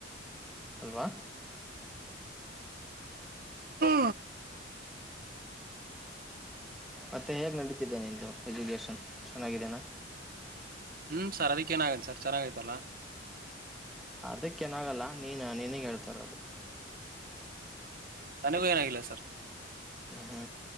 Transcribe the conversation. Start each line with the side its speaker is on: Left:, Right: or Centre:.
Centre: ಹಲ್ವಾ
Right: ಹಾ
Centre: ಮತ್ತೆ ಹೇಗೆ ನಡೀತಿದ್ದೇನೆದು ಎಜುಕಷನ್ ಚೆನ್ನಿದೇನಾ
Right: ಹ್ಮ್ ಸರ್ ಅದಕ್ಕ ಏನಾಗನ್ ಸರ್ ಚೆನ್ನಾಗೈತಲ್ಲ
Centre: ಅದಕ್ಕೆ ಏನಾಗಲ್ಲ ನೀನ ನೀನಗೆ ಹೇಳ್ತಾರ ಅದು
Right: ಅನಗ ನಾಗಿಲ್ಲ ಸರ್
Centre: ಹ್ಞೂ